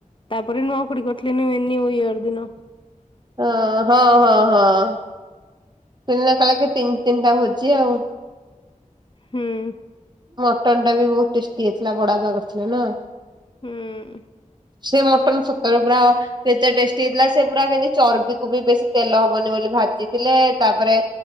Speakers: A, on the left (about 40°); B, on the right (about 30°).
A: ତାପରେ ନୁଆକୁଡି କରିଥିଲେ ନୁହେ ନିୁ ଇୟର ଦିନ
B: ଓ ହଁ ହଁ ହଁ <unintelligible> କା ତିନି ତିନିଟା ଭୋଜି ଆଉ
A: ହୁଁ
B: ମଟନ ଟା ବି ବହୁତ ଟେଷ୍ଟି ହେଇଥିଲା ବଡା ପା କରିଥିଲା ନା
A: ହୁଁ
B: ସେ ମଟନ ସତରେ ପୁରା କେତେ ଟେଷ୍ଟି ହେଇଥିଲା ସେ ପୁରା କେମତି ଚର୍ବିକୁ ବି ବେଶୀ ତେଲ ହବନି ବୋଲି ଭାଜିଥିଲେ ତାପରେ